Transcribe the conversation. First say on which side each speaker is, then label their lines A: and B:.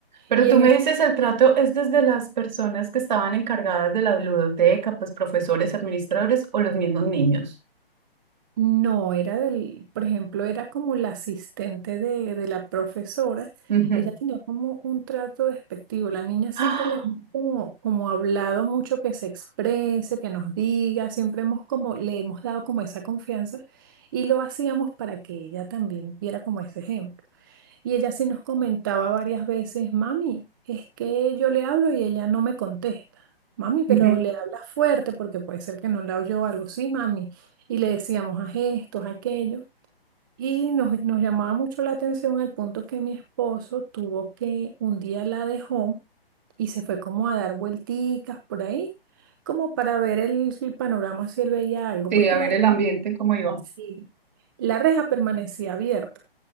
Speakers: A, on the right; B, on the right.
A: Pero
B: Y
A: tú
B: en
A: me
B: ese
A: dices, el trato es desde las personas que estaban encargadas de la ludoteca, pues profesores, administradores o los mismos niños.
B: No, era del, por ejemplo, era como la asistente de, de la profesora.
A: Ujú,
B: Ella tenía como un trato despectivo. La niña siempre
A: ¡Ah!
B: le hemos como, como hablado mucho que se exprese, que nos diga. Siempre hemos como, le hemos dado como esa confianza y lo hacíamos para que ella también viera como ese ejemplo. Y ella sí nos comentaba varias veces, mami, es que yo le hablo y ella no me contesta. Mami, pero
A: ujú.
B: le hablas fuerte porque puede ser que no la oyó o algo. Sí, mami. Y le decíamos a gestos, a aquello. Y nos, nos llamaba mucho la atención al punto que mi esposo tuvo que, un día la dejó y se fue como a dar vuelticas por ahí, como para ver el, el panorama si él veía algo,
A: Sí,
B: porque
A: a
B: la,
A: ver
B: reja-
A: el ambiente cómo iba.
B: sí, la reja permanecía abierta.